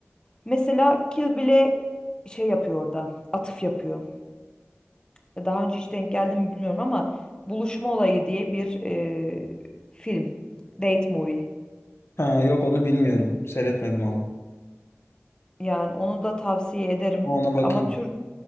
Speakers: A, on the left (about 20°); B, on the left (about 60°).
A: Mesela Kill Bill'e şey yapıyor orada. Atıf yapıyor. E, Daha önce hiç denk geldi mi bilmiyorum ama Buluşma Olayı diye bir e, film. Date movie.
B: Ha, yok onu bilmiyorum. Seyretmedim onu.
A: Yani onu da tavsiye ederim.
B: Ona bakayım.
A: Ama Türk